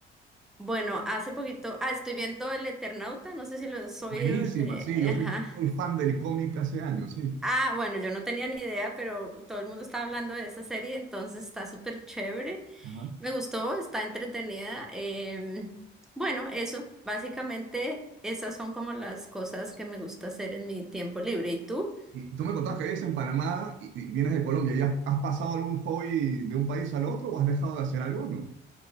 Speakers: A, in the centre; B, on the right.
A: bueno, hace poquito, ah, estoy viendo El Eternauta, no sé si lo has oído,
B: Buenísima,
A: el de...
B: sí, yo
A: Ajá.
B: soy, soy fan del cómic hace años, sí.
A: Ah, bueno, yo no tenía ni idea, pero todo el mundo estaba hablando de esa serie, entonces está súper chévere.
B: Ajá.
A: Me gustó, está entretenida. em, bueno, eso, básicamente esas son como las cosas que me gusta hacer en mi tiempo libre. ¿Y tú?
B: Y tú me contabas que vives en Panamá y, y vienes de Colombia. ¿Ya has, has pasado algún hobby de un país al otro o has dejado de hacer alguno?